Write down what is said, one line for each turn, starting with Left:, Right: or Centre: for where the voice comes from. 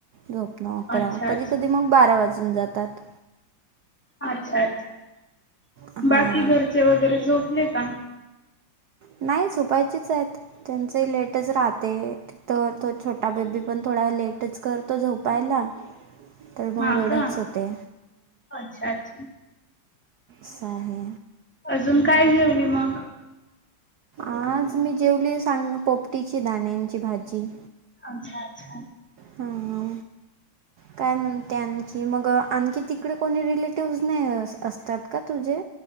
Right: झोपनं अकरा
Centre: अच्छा
Right: कधी
Centre: अच्छा
Right: कधी मग बारा वाजून जातात.
Centre: अच्छा अच्छा
Right: हां
Centre: बाकी घरचे वगैरे झोपले का?
Right: नाही झोपायचीच आहेत त्यांचही लेटच राहते. त तो छोटा बेबी पण थोडा लेटच करतो झोपायला. तर मग
Centre: हा
Right: वेळच
Centre: का
Right: होते
Centre: अच्छा अच्छा.
Right: सां हे!
Centre: अजून काय जेवली मग.
Right: आज मी जेवली सांग पोपटी ची दाण्यांची भाजी.
Centre: अच्छा अच्छा!
Right: हा हा! काय म्हणते आणखी मग आणखी तिकडे कोणी रिलेटिव्हज नही असतात का तुझे